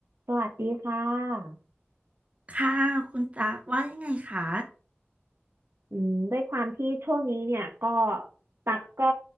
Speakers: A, on the right (about 75°); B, on the right (about 30°).
A: สวัสดีค่ะ
B: ค่ะคุณจากว่ายังไงคะ
A: อืมด้วยความที่ช่วงนี้เนี่ยก็ตักก็